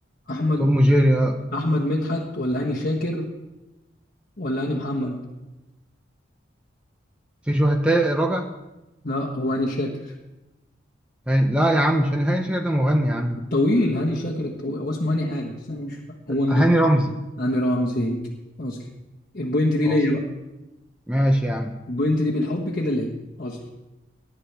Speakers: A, on the left (about 45°); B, in the centre.
A: احمد
B: توم وجيري آه.
A: احمد مدحت ولا هاني شاكر ولا هاني محمد
B: فيش واحد تاني رابع
A: لا هو هاني شاكر
B: هاني لا يا عم مش هاني هاني شاكر ده مغني يا عم
A: الطويل هاني شاكر الطويل هو اسمه هاني حاجه بس انا مش فاهم هو هاني
B: هاني رمزي
A: هاني رمزي اصلي البوينت دي
B: اصلا
A: ليا بقى
B: ماشي يا عم
A: البوينت دي بالحب كده ليا اصلي